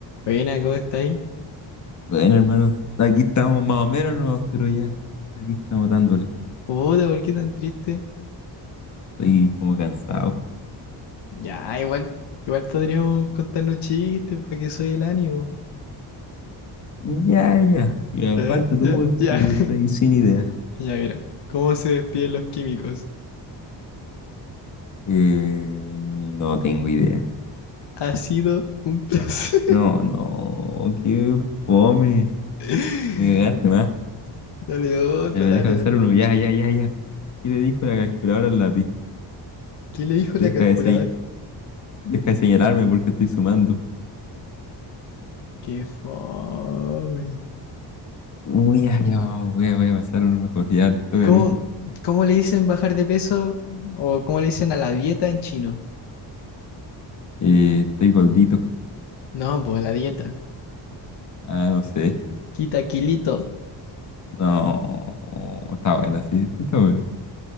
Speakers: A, on the left; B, on the left.
A: Buena, ¿cómo estáis?
B: Bueno, hermano, aquí estamos más o menos nomás, pero ya, aquí estamos dándole.
A: Puta, ¿por qué tan triste?
B: Estoy como cansado.
A: Ya, igual, igual podríamos contarnos chistes para que soy el ánimo.
B: Ya, ya. Y aparte
A: Ya, ¿Eh?
B: tú,
A: Ya,
B: porque
A: ya, <laughs>
B: estoy sin idea.
A: ya, mira. ¿Cómo se despiden los químicos?
B: Eh, no tengo idea.
A: Ha sido un placer.
B: No, no, qué fome.
A: <laughs>
B: Me cagaste más.
A: Dale otro,
B: Ya, ver,
A: dale,
B: deja pensar
A: dale.
B: uno. Ya, ya, ya, ya. ¿Qué le dijo la calculadora al lápiz?
A: ¿Qué le dijo
B: Deja
A: la calculadora?
B: de, se- deja de señalarme porque estoy sumando.
A: Qué fome.
B: Uy, ya, ya, vamos, voy a, voy a pensar uno mejor. Ya, toca
A: ¿Cómo,
B: a ti.
A: cómo le dicen bajar de peso o cómo le dicen a la dieta en chino?
B: Eh, estoy gordito.
A: No, pues la dieta.
B: Ah, no sé.
A: Quita kilito.
B: No, está buena, sí, estoy seguro. <laughs>